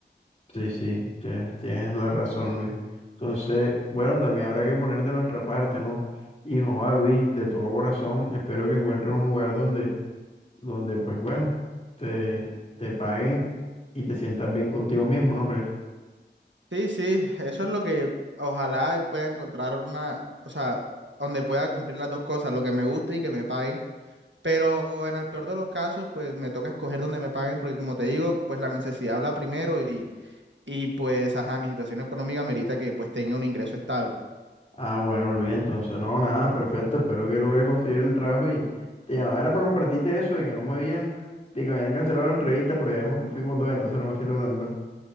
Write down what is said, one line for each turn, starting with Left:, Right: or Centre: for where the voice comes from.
Left: Sí, sí, tienes, tienes la razón, Luis. Entonces, bueno, también habrá que poner de nuestra parte, ¿no? Hijo, a Luis, de todo corazón, espero que encuentres un lugar donde donde pues bueno, te, te paguen y te sientas bien contigo mismo, ¿no crees?
Right: Sí, sí, eso es lo que ojalá pueda encontrar una, o sea, donde pueda cumplir las dos cosas, lo que me guste y que me paguen. Pero en el peor de los casos, pues me toca escoger donde me paguen, porque como te digo, pues la necesidad habla primero y, y pues, ajá, mi situación económica merita que pues tenga un ingreso estable.
Left: Ah, bueno, Luis, entonces no, nada, perfecto, espero que logres conseguir el trabajo y te llamaba era para compartirte eso de que no me habían, de que me habían cancelado la entrevista, pero ya vemos que fuimos dos, entonces no me siento tan mal.